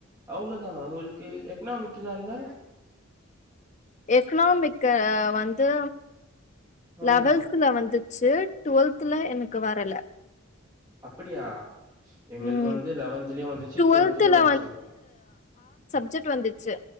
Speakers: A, on the right; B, on the left.
A: அவ்ளோ தானா உங்களுக்கு எக்கனாமிக்லா இல்ல
B: எக்கனாமிக்கு வந்து
A: ஆ
B: லெவல்த்ல வந்துச்சு டுவெல்த்துல எனக்கு வரல
A: அப்பிடியா எங்களுக்கு
B: ம்
A: வந்து லெவன்த்துலயு வந்துச்சு
B: டுவெல்த்ல
A: டுவெல்த்துலயு வந்துச்சுங்க
B: சப்ஜெட் வந்துச்சு